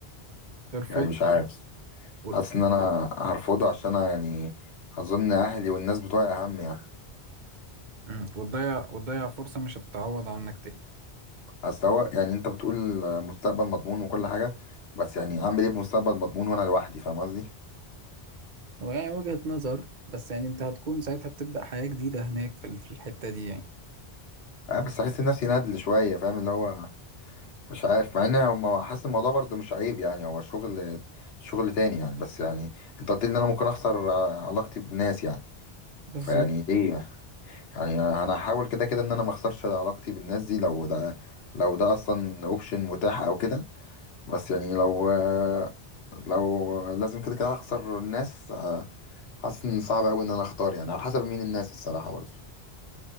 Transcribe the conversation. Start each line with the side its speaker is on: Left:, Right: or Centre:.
Right: ترفضه
Left: يعني مش عارف
Right: و...
Left: حاسس ان انا هرفضه عشان أنا يعني اظن اهلي والناس بتوعي اهم يعني
Right: مم. وتضيع وتضيع فرصة مش هتتعوض عنك تاني
Left: اصل هو يعني انت بتقول مستقبل مضمون وكل حاجة بس يعني اعمل ايه بمستقبل مضمون وانا لوحدي فاهم قصدي؟
Right: ويعني وجهة نظر بس يعني انت هتكون ساعتها بتبدأ حياة جديدة هناك في ال- في الحتة دي يعني
Left: اه بس احس نفسي ندل شوية فاهم اللي هو مش عارف مع ان هو حاسس الموضوع برضه مش عيب يعني هو شغل شغل تاني يعني بس يعني انت قلت لي ان انا ممكن اخسر آه، علاقتي بناس يعني
Right: بالظبط
Left: فيعني ليه يعني يعني انا هحاول كده كده ان انا ما اخسرش علاقتي بالناس دي لو ده لو ده اصلا اوبشن متاح او كده بس يعني لو آه، لو لازم كده كده اخسر الناس آه، حاسس ان صعب قوي ان انا اختار يعني على حسب مين الناس الصراحة برضه